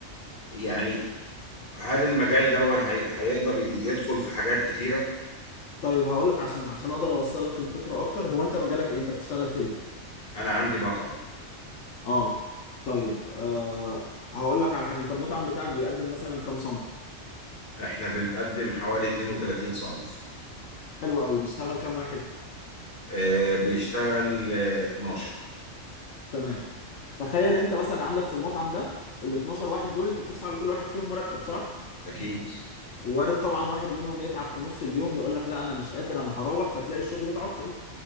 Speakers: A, on the left; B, on the left.
A: يعني هل المجال ده هي... هيقدر يدخل في حاجات كتيرة
B: طيب هقول لك عشان عشان اقدر اوصل لك الفكره اكتر هو انت مجالك ايه انت بتشتغل في ايه
A: انا عندي مطعم
B: اه طيب آه هقول لك على حاجه انت المطعم بتاعك بيقدم مثلا كام صنف
A: احنا بنقدم حوالي 32 صنف
B: حلو قوي بيشتغل كام واحد
A: آه بيشتغل آه 12
B: تمام تخيل انت مثلا عندك في المطعم ده ال 12 واحد دول انت بتدفع لكل واحد فيهم مرتب صح
A: اكيد
B: وارد طبعا واحد منهم يتعب في نص اليوم يقول لك لا انا مش قادر انا هروح فتلاقي الشغل اتعطل